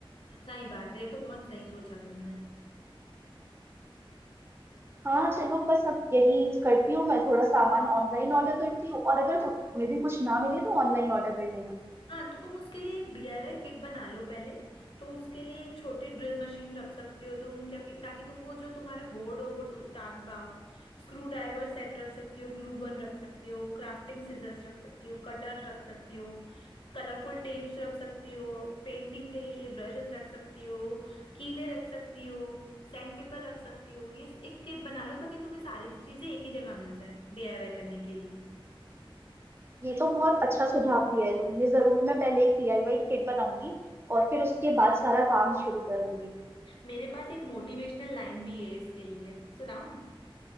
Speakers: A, on the left (about 70°); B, on the right (about 25°).
A: सही बात है ये तो बहुत सही सोचा तुमने
B: हाँ चलो बस अब यही करती हूँ मैं थोड़ा सामान ऑनलाइन ऑर्डर करती हूँ और अगर तुम्हें भी कुछ ना मिले तो ऑनलाइन ऑर्डर कर लेना
A: हाँ तो तुम उसके लिए एक डीआईवाई किट बना लो पहले तो उसके लिए एक छोटी ड्रिल मशीन रख सकती हो तुम क्या कि- ताकि तुम वो जो तुम्हारा बोर्ड हो वो टू- टांग पाओ स्क्रू ड्राइवर सेट रख सकती हो ग्लू गन रख सकती हो क्राफ्टिंग सीजर्स रख सकती हो कटर रख सकती हो कलरफुल टेप्स रख सकती हो पेंटिंग के लिए ब्रशेस रख सकती हो कीले रख सकती हो सैंड पेपर रख सकती हो ये एक किट बना लो ताकि तुम्हें सारी चीजें एक ही जगह मिल जाए डीआईवाई करने के लिए
B: ये तो बहुत अच्छा सुझाव दिया है तुमने जरूर मैं पहले एक डीआईवाई किट बनाऊंगी और फिर उसके बाद सारा काम शुरू करूंगी
A: मेरे पास एक मोटिवेशनल लाइन भी है इसके लिए सुनाऊं